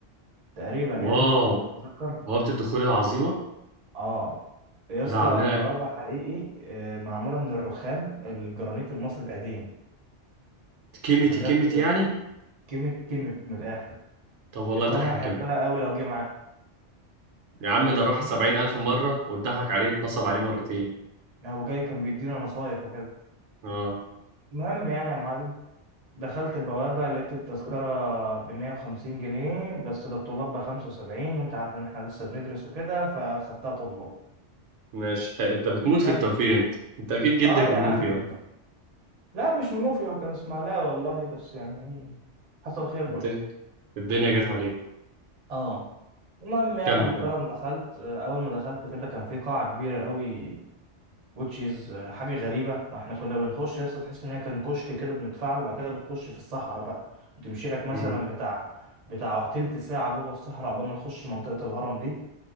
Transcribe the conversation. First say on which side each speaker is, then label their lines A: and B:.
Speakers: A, on the right (about 40°); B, on the right (about 80°).
A: تقريبا
B: واو
A: يعني على ما اتذكر
B: بوابة الدخول العظيمة
A: اه يا
B: ده
A: اسطى
B: عاملينها
A: البوابة حقيقي آه، معمولة من الرخام الجرانيت المصري القديم
B: كيميتي
A: بجد
B: كيميتي يعني
A: كيمة كيمة من الآخر
B: طب والله
A: إبراهيم
B: تحرى
A: هيحبها
B: كام
A: قوي لو جه
B: يا عم
A: معانا
B: ده راح سبعين ألف مرة واتضحك عليه اتنصب عليه مرتين
A: لا وجاي كان بيدينا نصايح وكده
B: اه
A: المهم يعني يا معلم دخلت البوابة لقيت التذكرة بمية وخمسين جنيه بس للطلاب بخمسة وسبعين وانت عارف ان احنا لسه بندرس وكده فخدتها طلاب
B: ماشي حق. انت بتموت
A: دخلت
B: في التوفير انت انت اكيد جدك
A: اه يا
B: منوفي
A: عم
B: اه
A: لا مش منوفي هو كان اسماعيلاوي والله بس يعني حصل خير بقى
B: انت الدنيا جت عليه
A: اه المهم يعني
B: كمل
A: يا محترم
B: كمل
A: دخلت آه، اول ما دخلت كده كان في قاعة كبيرة قوي which is آه، حاجة غريبة واحنا كنا بنخش يا اسطى تحس ان هي كان كشك كده بندفع له وبعد كده بتخش في الصحراء بقى وتمشي لك مثلا
B: مم.
A: بتاع بتاع تلت ساعة جوه الصحراء قبل ما تخش منطقة الهرم دي